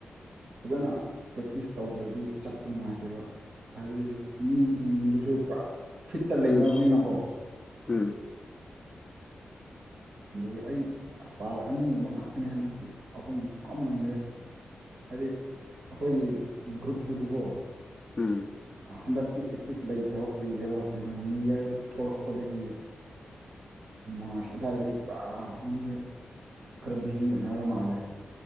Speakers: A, on the right (about 60°); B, on the left (about 20°).
A: ꯐꯖꯅ ꯄ꯭ꯔꯦꯛꯇꯤꯁ ꯇꯧꯗ꯭ꯔꯗꯤ ꯆꯠꯄ ꯅꯨꯡꯉꯥꯏꯇꯦꯕ ꯍꯥꯏꯗꯤ ꯃꯤꯁꯤꯡꯗꯨꯁꯨ ꯄꯥ ꯐꯤꯠꯇ ꯂꯩꯅꯕꯅꯤꯅꯀꯣ
B: ꯎꯝ ꯎꯝ
A: ꯂꯣꯏ ꯑꯩ ꯏꯁꯇꯥꯔ ꯑꯅꯤꯒꯨꯝꯕ ꯉꯥꯛꯇꯅꯦ ꯍꯟꯗꯛꯇꯤ ꯑꯍꯨꯝꯁꯨ ꯉꯝ ꯉꯝꯗꯦ ꯍꯥꯏꯗꯤ ꯑꯩꯈꯣꯏꯒꯤ ꯒ꯭ꯔꯨꯞꯇꯨꯁꯨꯀꯣ
B: ꯎꯝ
A: ꯍꯟꯗꯛꯇꯤ ꯑꯦꯆꯤꯞ ꯂꯩꯇ ꯊꯕꯛ ꯀꯨꯏꯔꯦꯕ ꯀꯩꯅꯣ ꯅ꯭ꯌꯨ ꯌꯔ ꯊꯣꯛꯂꯛꯄꯗꯒꯤ ꯃꯥꯔꯁ ꯑꯗꯨꯋꯥꯏꯗꯒꯤ ꯄꯨꯔꯥ ꯃꯤꯁꯦ ꯈꯔ ꯕꯤꯖꯤ ꯑꯣꯏꯅ꯭ꯔ ꯃꯥꯜꯂꯦ